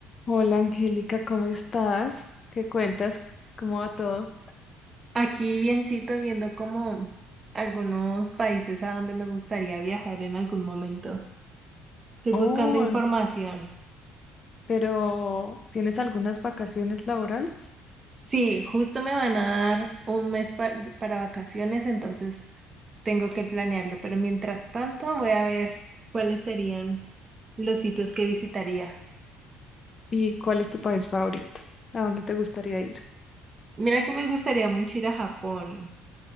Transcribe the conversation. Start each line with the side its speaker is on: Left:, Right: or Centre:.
Left: Hola Angélica, ¿cómo estás? ¿Qué cuentas? ¿Cómo va todo?
Right: Aquí biencito viendo como algunos países a donde me gustaría viajar en algún momento. Estoy
Left: Oh,
Right: buscando información.
Left: pero ¿tienes algunas vacaciones laborales?
Right: Sí, justo me van a dar un mes pa- para vacaciones, entonces tengo que planearlo. Pero mientras tanto voy a ver cuáles serían los sitios que visitaría.
Left: ¿Y cuál es tu país favorito? ¿A dónde te gustaría ir? <gasps>
Right: Mira que me gustaría mucho ir a Japón.